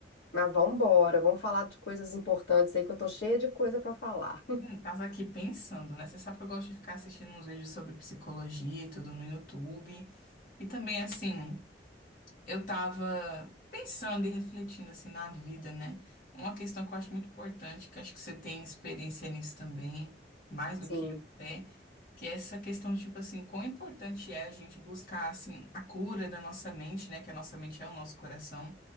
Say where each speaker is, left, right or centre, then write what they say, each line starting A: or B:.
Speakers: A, on the left; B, on the left.
A: Mas vamos embora, vamos falar de coisas importantes aí que eu tô cheia de coisa para falar.
B: Hum, tava aqui pensando, né? Você sabe que eu gosto de ficar assistindo uns vídeos sobre psicologia e tudo no YouTube. E também, assim. Eu tava pensando e refletindo assim na vida, né? Uma questão que eu acho muito importante, que eu acho que você tem experiência nisso também, mais do
A: <laughs> Sim,
B: que eu até, que é essa questão de tipo assim, quão importante é a gente buscar assim a cura da nossa mente, né? Que a nossa mente é o nosso coração.